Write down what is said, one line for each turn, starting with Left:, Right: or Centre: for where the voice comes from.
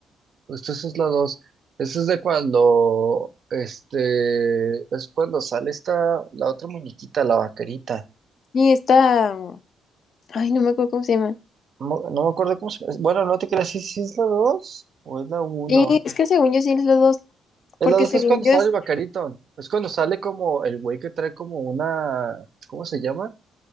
Right: Justo eso es la dos. Eso es de cuando, este, es cuando sale esta, la otra muñequita, la vaquerita.
Left: Y esta, ay, no me acuerdo cómo se llama.
Right: No, no me acuerdo cómo se llama. Bueno, no te creas, si si es la dos o es la uno.
Left: Sí, es que según yo sí es los dos,
Right: Es
Left: porque
Right: la dos
Left: según
Right: es cuando
Left: yo
Right: sale
Left: es,
Right: el vaquerito. Es cuando sale como el güey que trae como una, ¿cómo se llama?